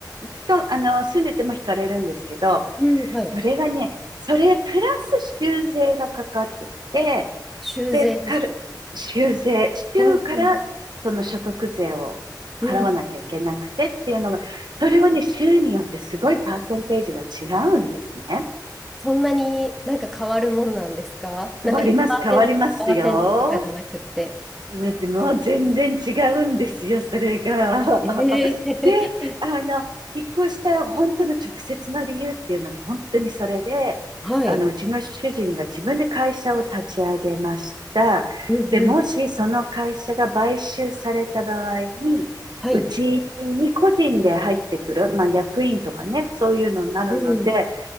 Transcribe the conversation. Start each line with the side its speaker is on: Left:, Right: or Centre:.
Right: つとあの住んでても引かれるんですけど、
Centre: うん、はい。
Right: それがね、それプラス修税がかかってきて、
Centre: 修繕ですか
Right: で、かる、修税、州からその所得税を払わなきゃいけなくてっていうのが、
Centre: うんうん。うん。
Right: それはね、州によってすごいパーセンテージが違うんですね。
Centre: そんなになんか変わるもんなんですかなんか1%、
Right: 変わります、変わりますよ。
Centre: にパーセントとかじゃなくて。
Right: だってもう全然違うんですよ、それが。<laughs>
Centre: え
Right: で、
Centre: え <laughs>
Right: あの、引っ越した本当の直接の理由っていうのが本当にそれで、
Centre: はい。
Right: あの、うちの主人が自分で会社を立ち上げました。
Centre: うんうん。
Right: で、もしその会社が買収された場合に、
Centre: はい。
Right: うちに個人で入ってくる、まあ役員とかね、そういうのになるので、
Centre: うん。